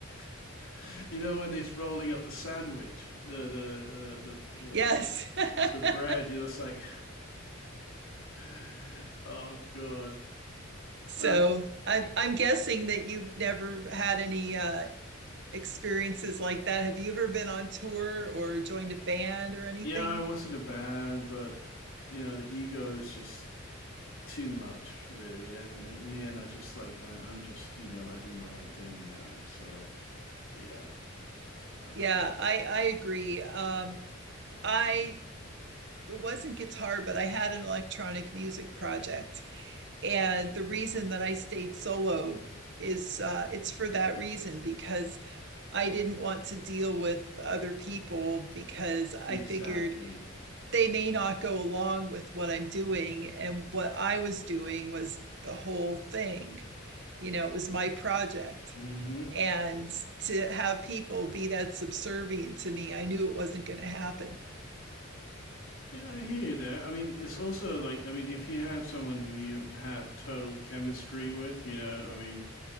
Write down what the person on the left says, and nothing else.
<laughs> you know when he's rolling up the sandwich, the the the the, the
piece of bread. You're just like, <laughs> oh god.
Uh,
yeah, I was in a band, but you know the ego is just too much, really. And, and in the end, I just like I, I'm just you know I do my own thing now. So yeah, um,
mm,
exactly.
hmm
Yeah, I hear you there. I mean, it's also like, I mean, if you have someone who you have total chemistry with, you know, I mean,